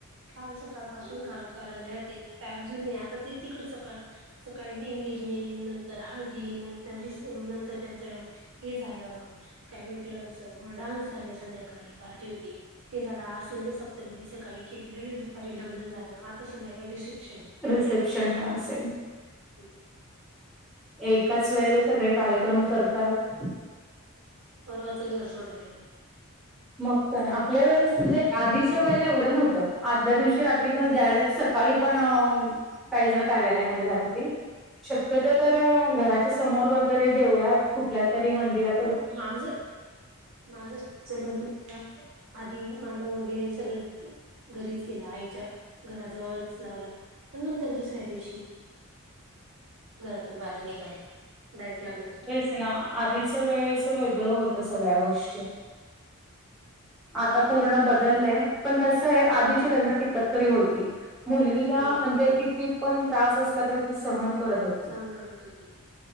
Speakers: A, on the right (about 60°); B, in the centre.
A: काल सकाळ पासून अ कार्यालयात त अजून आता ते तिकडे सक का सकाळी एंगेजमेंट नंतर हळदी नंतर रिस नंतर त्यांचा हे झालं काय म्हंटलं अस डान्स झाले संध्याकाळी पार्टी होती. ते झालं आज लगेच सप्तपदी सकाळी केली लगेच दुपारी लग्न झालं आता संध्याकाळी रिसेप्शन.
B: रिसेप्शन पण असेल.
A: हठी <inaudible>
B: एकाच वेळेला सगळे कार्यक्रम करतात.
A: परवाचं घर सोडलेलं य.
B: मग काय आपल्या वेळेस म्हणजे आधीच्या वेळेला एवढं नव्हतं आदल्या दिवशी रात्री किंवा ज्यावेळी सकाळी पण काही जण कार्यालयामध्ये जातात. शक्यत तर घराच्या समोर वगरे देवळात कुठल्या तरी मंदिात..
A: हा माझ माझ <unintelligible> आधी मांडव वगैरे सगळ.. घरीच गेला आईच्या घराजवळच लावला नंतर दुसऱ्या दिवशी घरातून बाहेर निघाली डायरेक्ट <unintelligible>
B: तेच ना आधीच वेळेचं वेगळं होतं सगळ्या गोष्टी आता पूर्ण बदललय. पण कस आहे
A: खूप
B: आधीची लग्न टिकत तरी होत ती मुलगीला
A: एकत्र होती
B: म्हणजे किती पण त्रास असला तरी ती सहन करत होती
A: सहन करत होती